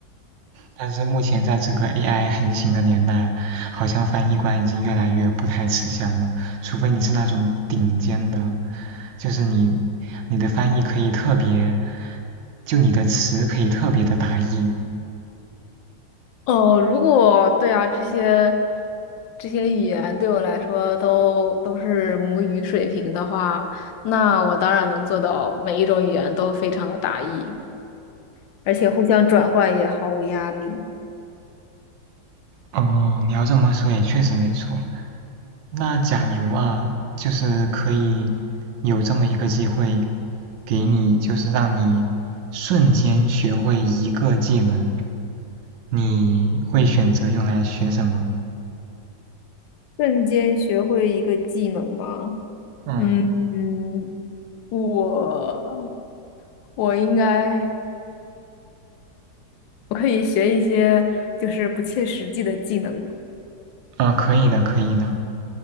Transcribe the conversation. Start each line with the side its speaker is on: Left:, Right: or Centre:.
Right: 但是目前在这个 AI 横行的年代，好像翻译官已经越来越不太吃香了。除非你是那种顶尖的，就是你你的翻译可以特别，就你的词可以特别的达意。
Left: 哦，如果对啊，这些这些语言对我来说都都是母语水平的话，那我当然能做到每一种语言都非常的达意，而且互相转换也毫无压力。
Right: 哦，你要这么说也确实没错。那假如啊，就是可以有这么一个机会给你，就是让你瞬间学会一个技能，你会选择用来学什么？
Left: 瞬间学会一个技能吗？
Right: 嗯。
Left: 嗯嗯，我我应该我可以学一些就是不切实际的技能。
Right: 嗯，可以的，可以的。